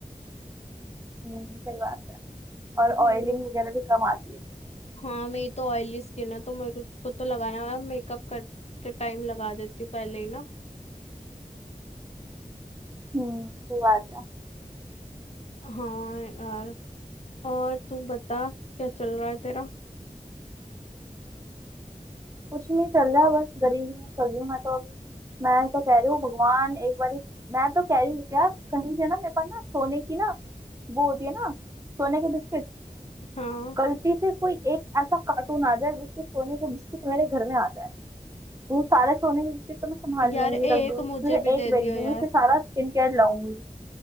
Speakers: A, on the right; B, on the left.
A: हम्म सही बात है और
B: हम्म
A: ऑयलिंग वगैरह भी कम आती है
B: हाँ मेरी तो ऑयली स्किन है तो मेरे को को तो लगाना है मेकअप करते टाइम लगा देती हूँ पहले ही ना
A: हम्म सही बात है
B: हाँ यार और तू बता क्या चल रहा है तेरा
A: कुछ नहीं चल रहा बस गरीबी में चल रही हूँ मैं तो अभी मैं तो कह रही हूँ भगवान एक बार मैं तो कह रही हूँ यार कहीं से ना मेरे पास ना सोने की ना वो होती है ना सोने के बिस्किट
B: हाँ
A: गलती से कोई एक ऐसा कार्टून आ जाए जिससे सोने के बिस्किट मेरे घर में आ जाए तो वो सारे सोने के बिस्किट तो मैं संभाल
B: यार
A: लूंगी
B: एक
A: रख दूंगी उसमें
B: मुझे
A: से
B: भी
A: एक
B: दे
A: बेच
B: दियो
A: दूंगी
B: यार
A: फिर सारा स्किन केयर लाऊंगी